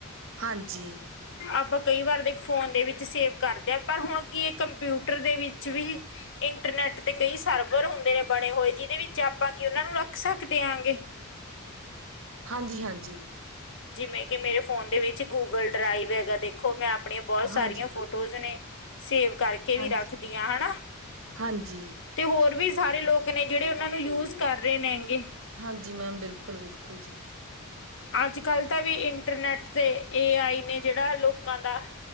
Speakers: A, on the right; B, on the left.
A: ਹਾਂਜੀ।
B: ਆਪਾਂ ਕਈ ਵਾਰ ਦੇ ਫੋਨ ਦੇ ਵਿੱਚ ਸੇਵ ਕਰਦੇ ਹਾਂ ਪਰ ਹੁਣ ਕੀ ਏ ਕੰਪਿਊਟਰ ਦੇ ਵਿੱਚ ਵੀ ਇ ਇੰਟਰਨੈਟ ਤੇ ਕਈ ਸਰਬਰ ਹੁੰਦੇ ਨੇ ਬਣੇ ਹੋਏ ਜਿਹਦੇ ਵਿੱਚ ਆਪਾਂ ਉਹਨਾਂ ਨੂੰ ਰੱਖ ਸਕ ਦਿਆਂਗੇ।
A: ਹਾਂਜੀ-ਹਾਂਜੀ
B: ਜਿਵੇਂ ਕਿ ਮੇਰੇ ਫੋਨ ਦੇ ਵਿੱਚ ਗੂਗਲ ਡਰਾਈਵ ਹੈਗਾ ਦੇਖੋ ਮੈਂ ਅ ਆਪਣੀਆਂ ਬਹੁਤ ਸਾਰੀਆਂ
A: ਹਾਂਜੀ, ਹਾਂਜੀ।
B: ਫੋਟੋਜ ਨੇ ਸੇਵ ਕਰਕੇ ਵੀ
A: ਹਾਂਜੀ
B: ਰੱਖਦੀਆਂ ਹਨਾ
A: ਹਾਂਜੀ,
B: ਤੇ ਹੋਰ ਵੀ ਸਾਰੇ ਲੋਕ ਨੇ ਜਿਹੜੇ ਉਹਨਾਂ ਨੂੰ ਯੂਜ ਕਰ ਰਹੇ ਨੇ ਗੇ।
A: ਹਾਂ ਜੀ ਮੈਮ ਬਿਲਕੁਲ-ਬਿਲਕੁਲ ਜੀ।
B: ਅੱਜ ਕੱਲ੍ਹ ਤਾਂ ਵੀ ਇੰਟਰਨੈਟ ਤੇ ਏ ਆਈ ਨੇ ਜਿਹੜਾ ਲੋਕਾਂ ਦਾ ।